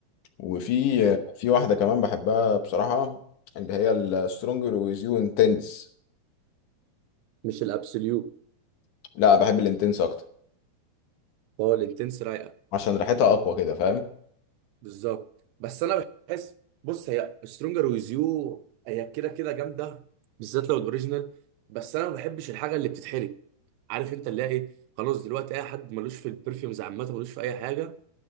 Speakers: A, on the left (about 70°); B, on the right (about 80°).
A: وفي
B: امم
A: في واحدة كمان بحبها بصراحة اللي هي السترونجر ويز يو انتنس
B: مش الابسوليوت
A: لا بحب الانتنس اكتر
B: هو الانتنس رايقه
A: عشان ريحتها اقوى كده فاهم
B: بالظبط بس انا بحس بص هي سترونجر ويز يو هي كده كده جامده بالذات لو الاوريجينال بس انا ما بحبش الحاجه اللي بتتحرق عارف انت اللي هي ايه خلاص دلوقتي اي حد ملوش في البرفيومز عامه ملوش في اي حاجه